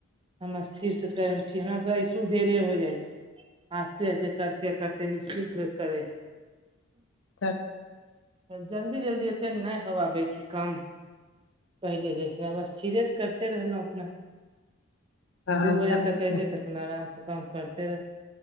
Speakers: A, on the right; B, on the left.
A: हम स्थिर से करे हमरा सब ऐसो देरे हो जाइ छै आस्ते हस्ते करते करते निश्चित र करै
B: ह
A: जल्दी जल्दी ओतेक नहि होवाबै छि कम पहिले जेैसेब स्थिरे से करते रहलहुँ अपना
B: हँ
A: दू बजे
B: तब
A: तक
B: की
A: एऐते तऽ अपना आराम से काम करते रहे